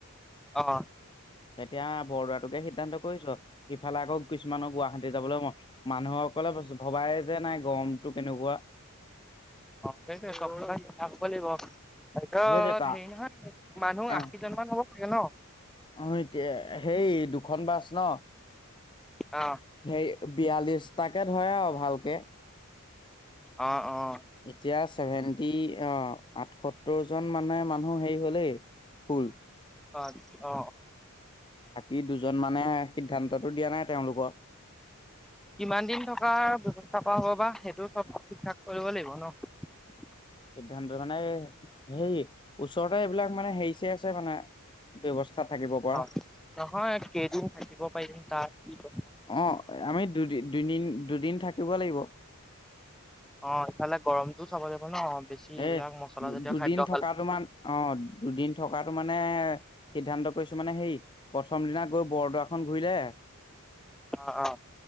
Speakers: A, in the centre; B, on the left.
A: অ
B: এতিয়া বৰদোৱাটোকে সিদ্ধান্ত কৰিছো সিফালে আকৌ কিছুমানৰ গুৱাহাটী যাবলৈ মানুহক। কলে ভবাই যে নাই গৰমতটো কেনেকুৱা।
A: অক চব থাকিব লাগিব। তাৰপিচত
B: সেইটোৱে তা
A: হেৰি নহয় মানুহ
B: অ
A: আশীজন মান হ'ব লাগে ন।
B: অ' এতিয়া সেই দুখন বাছ ন।
A: অ
B: সেই বিয়াল্লিশটাকে ধৰে আৰু ভালকে।
A: অ', অ',
B: এতিয়া ছেভেন্টি অ, আঠসত্তৰ জন মানে মানুহ হেৰি হলেই ফুল।
A: অ, আচ্ছ অ,
B: ই দুজন মানেহে সিদ্ধান্তটো দিয়া নাই তেওঁলোকৰ।
A: কিমান দিন থকা ব্যৱস্থা কৰা হ'ব বা সেইটো চব ঠিক ঠাক কৰিব লাগিব ন'।
B: সিদ্ধান্ত মানে এ ওচৰতে হেৰি চেৰী আছে মানে <unintelligible> পৰা
A: অ নহয় কেইদিন থাকিব পাৰিম তাৰ
B: অ আমি দুদ দুদিন দুদিন থাকিব লাগিব
A: অ ইফালে গৰমতটোও চাব যাব বেছি এইবিলাক
B: এ দুদিন থকাতো
A: খালে
B: মান অ দুদিন থকাতো মানে সিদ্ধান্ত কৈছো মানে হেই প্ৰথম দিনা গৈ বৰদোৱাখন ঘূৰিলে
A: অ অ